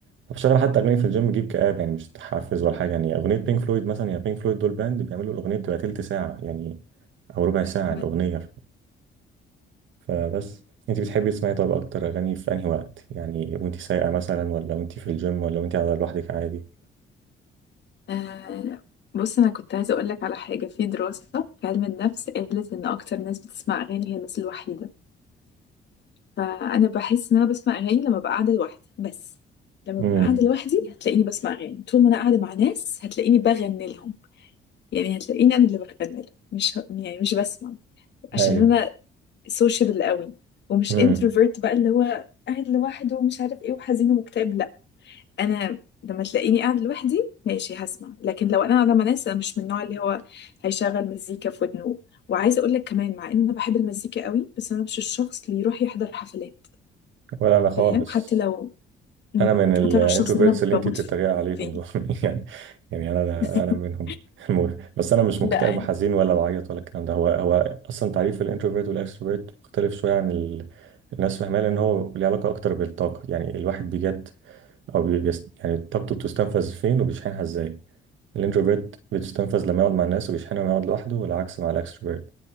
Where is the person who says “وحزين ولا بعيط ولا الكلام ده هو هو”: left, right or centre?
Right